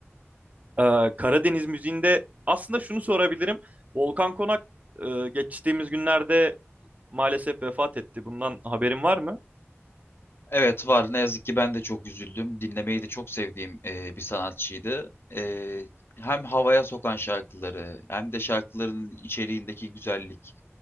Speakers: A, on the right (about 35°); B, on the left (about 55°).
A: Ee, Karadeniz müziğinde aslında şunu sorabilirim. Volkan Konak e, geçtiğimiz günlerde maalesef vefat etti. Bundan haberin var mı?
B: Evet var. Ne yazık ki ben de çok üzüldüm. Dinlemeyi de çok sevdiğim e, bir sanatçıydı. E, hem havaya sokan şarkıları hem de şarkıların içeriğindeki güzellik.